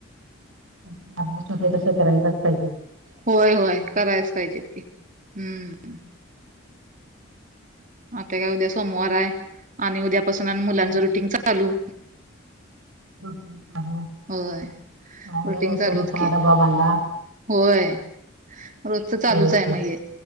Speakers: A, on the right; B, on the right.
A: <unintelligible> ते तसं करायलाच पाहिजे.
B: होय होय करायच पाहिजे कि हम्म. आता काय उद्या सोमवार हाय आणि उद्यापासून आणि मुलांच
A: हा
B: रुटींग चालू.
A: आवरा
B: होय रुटीन
A: लवकर
B: चालूच
A: उटा
B: की
A: डबा बांदा
B: होय, रोजच चालूच
A: सवयीची
B: आहे म हे